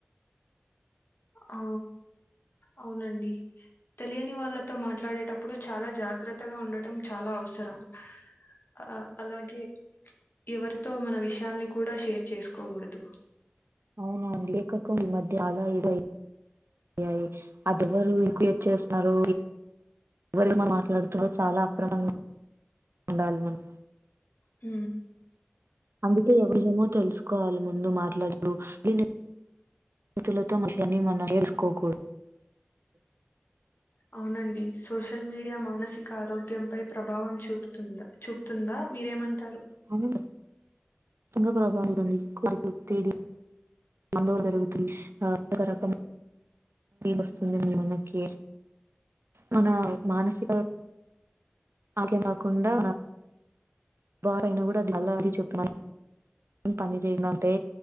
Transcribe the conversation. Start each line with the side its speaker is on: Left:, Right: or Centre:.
Left: ఆ అవునండి తెలియని వాళ్ళతో మాట్లాడేటప్పుడు చాలా జా జాగ్రత్తగా ఉండటం చాలా అవసరం ఆ అలాగే ఎవరితో మన విషయాలని కూడా షేర్ చేసుకోకూడదు
Right: అవును అవను లే కాకపోతే ఈ మధ్య చాలా <unintelligible> అయ్యాయి అది ఎవరు క్రియేట్ చేస్తున్నారో ఎవరి మా మాట్లాడుతుందో చాలా అప్రమంగా ఉండాలి మనం
Left: హ
Right: అందుకే ఎవరేమో తెలుసుకోవాల ముందు మాట్లాడుూ దీని మతులతో మహిని మన వేసుకోకూడదు
Left: అవునండి సోషల్ మీడియా మానస్ మానసిక ఆరోగ్యం పై ప్రభావం చూపుతుందా చూపుతుందా మీరేమంట
Right: అవును కచ్చితంగా ప్రభావం చూపుతుంది పందో అదో రకం వస్తుంది మిమనకి మన మానసిక ఆగ కాకుండా బాగా అన్య కూడా అలాగే చెప్పన్నాను ఎం పని చేయనుంటే